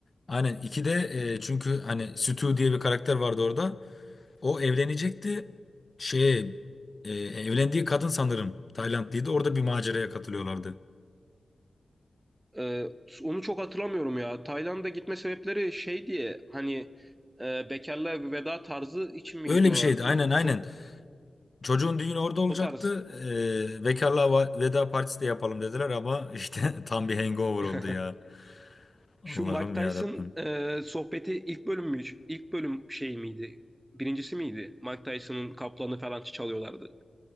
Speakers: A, on the left; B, on the right.
A: aynen 2'de e, çünkü hani Stu diye bir karakter vardı orada. O evlenecekti. Şeye e, evlendiği kadın sanırım Taylandlıydı. Orada bir maceraya katılıyorlardı.
B: Ee, onu çok hatırlamıyorum ya. Tayland'a gitme sebepleri şey diye hani e, bekarlığa veda tarzı için mi
A: Öyle
B: gidiyorlardı?
A: bir şeydi. Aynen aynen.
B: Çok
A: Çocuğun düğünü orada olacaktı.
B: O tarz.
A: Ee, bekarlığa va- veda partisi de yapalım dediler ama işte <laughs> tam bir hangover
B: <laughs>
A: oldu ya. Allah'ım
B: Şu Mike Tyson
A: ya Rabbim.
B: e, sohbeti ilk bölüm mü? İlk bölüm şey miydi? Birincisi miydi? Mike Tyson'ın kaplanı falan çalıyorlardı.